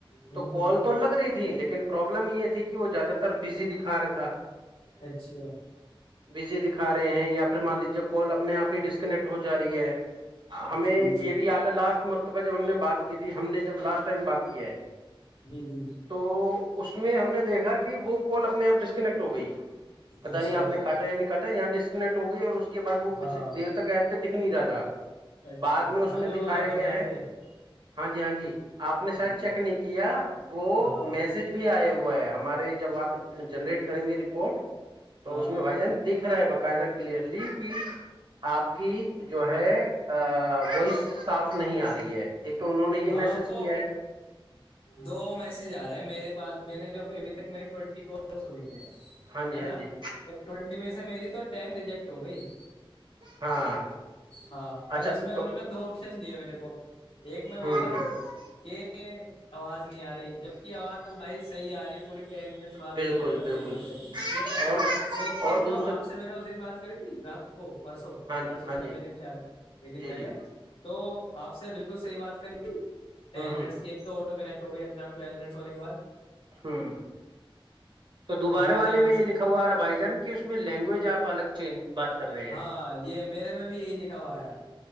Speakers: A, on the left; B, on the right.
A: ہوں
B: تو
A: ہوں
B: کال تو لگ رہی تھی لیکن پرابلم یہ تھی کہ وہ زیادہ تر بزی دکھا رہا تھا
A: اچھا
B: بجے دی کھ رہے ہیں یا پھر مان لیجیے کال اپنے آپ ہی ڈسکنیکٹ ہو جا رہی ہے ہمیں
A: جی
B: یہ بھی یاد ہے لاسٹ مرتبہ جب ہم نے بات کی کہ تھی ہم نے جب لاسٹ ٹائم بات کیا ہے
A: جی جی
B: تو اس میں ہم نے دیکھا کہ وہ کال اپنے آپ ڈسکنیکٹ ہو گئی پتا
A: اچھا
B: نہیں آپ نے کاٹا یا نہیں کاٹا یہاں ڈ یکٹ ہوگئی اور اس کے بد وہ کچھ
A: ہاں
B: دیر تک آپتے دے نہیں رہا تھا
A: اچھا
B: بعد میں اس
A: ہاں
B: میں
A: جو
B: دکھایا
A: آپ
B: گیا
A: بتا
B: ہے
A: رہے تھے
B: ہاں جی ہاں جی آپ نے شاید
A: جی
B: چیک نہیں کیا وہ
A: ہاں
B: میسج بھی آیا ہوا ہے ہمارا جب آپ جنریٹ کریں گے رپورٹ تو
A: ہاں
B: اس میں بھائی جان دکھ رہا ہے باقاعدہ کلیئرلی آپ کی جو ہے وائس صاف نہیں آ رہی ہے ایک تو انہوں نے یہ
A: ہاں
B: میسج کیا
A: وہ
B: ہے
A: دو میسج آ رہے ہیں میرے پاس میں نے جو ابھی تک میری ٹوینٹی کس ہوئی ہے
B: ہاں جی
A: ہے
B: ہاں
A: نا
B: جی
A: تو ٹوینٹی میں سے میری تو تو ٹم ریجیکٹ ہو گا ہی
B: ہاں
A: ہاں اور
B: اچھا
A: اس میں انہوں
B: تو
A: نے دو آپشن دیے میرے کو ایک میں بولا
B: ہوں ہوں
A: کہ آواز نہیں آ رہی جبک آواز بھائی صح آ رہی ہے پوری ٹینجن بات
B: بالکل
A: کر رہے تب
B: بالکل
A: بھی دقت نہیں ہے ٹھیک ہے
B: اور
A: سیکنڈ
B: اور دوسر
A: جو آپ سے میں نے اس دن بات کری تھی رات کو پرسوں
B: ہاں
A: پرسوں
B: جی ہاں
A: سے پندلے
B: جی
A: دن شاید ایک دن
B: جی
A: پہلے
B: جی
A: تو آپ سے بالکل صح بات کری ٹین
B: ہوں ہوں
A: منٹس کی ایک تو آٹو کنیکٹ ہو گ اپپویل منٹ ہو کے بع
B: ہوں تو دوبارہ
A: وہ بھی
B: والے
A: الیون
B: میں یہ لکھا ہوا رہا بھائی جان کہ اس میں لینگویج آپ الگ چینج بات کر رہے
A: ہاں
B: ہیں
A: یہ میرے میں بھی یہی لکھا ہوا آیا ہے